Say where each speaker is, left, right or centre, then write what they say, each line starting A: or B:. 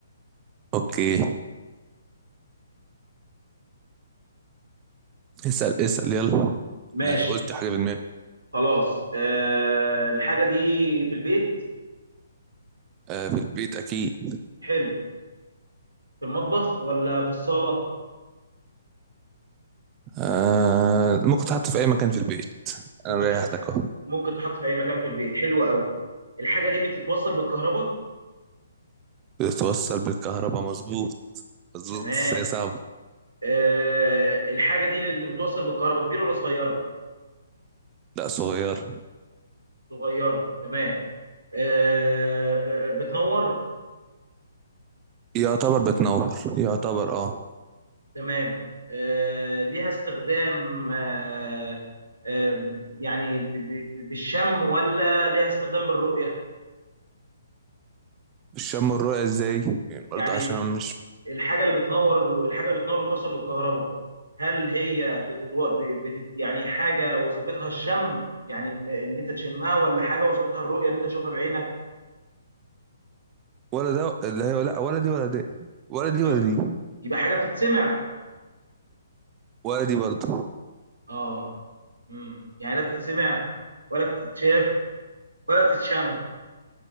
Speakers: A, on the right (about 25°); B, on the right (about 80°).
A: اوكي اسال اسال يلا
B: ماشي
A: انا قلت حاجه في دماغي
B: خلاص آه الحاجه دي في البيت
A: آه في البيت اكيد
B: حلو في المطبخ ولا في الصاله
A: آه ممكن تحط في اي مكان في البيت
B: ممكن
A: انا ريحتك
B: تحط في
A: اهو
B: ممكن تحط في اي مكان في البيت حلو قوي الحاجه دي بتتوصل بالكهرباء
A: بتتوصل بالكهرباء مظبوط مظبوط
B: تمام
A: بس هي صعبة
B: آه الحاجه دي اللي بتوصل بالكهرباء كبيره ولا صغيره
A: لا صغير
B: صغيره تمام آه آه بتنور
A: يعتبر بتنور يعتبر اه
B: تمام آه ليها استخدام آه آه يعني ب- ب- ب- بالشم ولا ليها استخدام بالرؤيه
A: الشم والرؤية ازاي يعني برضه
B: يعني
A: عشان انا مش
B: الحاجه اللي بتنور الحاجه اللي بتنور وتوصل بالكهرباء هل هي بتتو... ب- بتت... يعني حاجه وظيفتها الشم يعني ان ان انت تشمها ولا حاجه وظيفتها الرؤيه ان انت تشوفها بعينك
A: ولا ده اللي هي لا ولا دي ولا دي ولا دي
B: يعني
A: ولا دي
B: يبقى حاجه بتتسمع
A: ولا دي برضه
B: اه امم يعني لا بتتسمع ولا بتتشاف ولا بتتشم